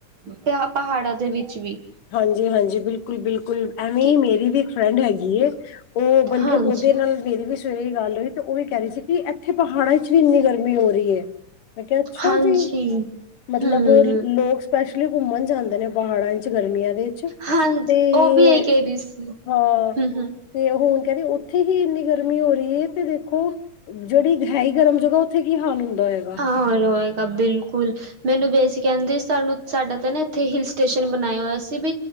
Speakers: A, on the right (about 40°); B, on the left (about 75°).
A: ਪ ਪਹਾੜਾਂ ਦੇ ਵਿੱਚ ਵੀ
B: ਹਾਂਜੀ ਹਾਂਜੀ ਬਿਲਕੁਲ ਬਿਲਕੁਲ ਐਵੇਂ
A: ਕਿ
B: ਹੀ ਮੇਰੀ ਵੀ ਇੱਕ ਫਰੈਂਡ ਹੈਗੀ ਉਹ ਬਲਕਿ
A: ਹਾਂਜੀ
B: ਉਹਦੇ ਨਾਲ ਮੇਰੀ ਵੀ ਸਵੇਰੇ ਹੀ ਗੱਲ ਰਹੀ ਤੇ ਉਹ ਵੀ ਕਹਿ ਰਹੀ ਸੀ ਕਿ ਇੱਥੇ ਪਹਾੜਾਂ ਚ ਵੀ ਇੰਨੀ ਗਰਮੀ ਹੋ ਰਹੀ ਹੈ ਮੈਂ ਕਿਹਾ ਅੱਛਾ
A: ਹਾਂਜੀ
B: ਜੀ ਮਤਲਬ
A: ਹੂੰ
B: ਲੋਕ ਸਪੈਸ਼ਲੀ ਘੁੰਮਣ ਜਾਂਦੇ ਨੇ ਪਹਾੜਾਂ ਚ ਗਰਮੀਆਂ ਦੇ ਤੇ
A: ਹਾਂ ਉਹ ਵੀ ਇਹੀ ਕਹਿ ਰਹੀ ਸੀ ਹੂੰ
B: ਹਾਂ
A: ਹੂੰ
B: ਤੇ ਹੁਣ ਕਹਿੰਦੇ ਉੱਥੇ ਹੀ ਇੰਨੀ ਗਰਮੀ ਹੋ ਰਹੀ ਹੈ ਤੇ ਦੇਖੋ ਜਿਹੜੀ ਹੈ ਹੀ ਗਰਮ ਜਗ੍ਹਾ ਉੱਥੇ ਕੀ ਹਾਲ ਹੁੰਦਾ ਹੈਗਾ
A: ਹਰ ਰਏਗਾ ਬਿਲਕੁਲ ਮੈਨੂੰ ਬਸ ਕਹਿੰਦੇ ਸਾਨੂੰ ਸਾਡਾ ਤਾਂ ਨਾ ਇੱਥੇ ਹਿਲ ਸਟੇਸ਼ਨ ਬਣਾਇਆ ਹੋਇਆ ਸੀ ਬ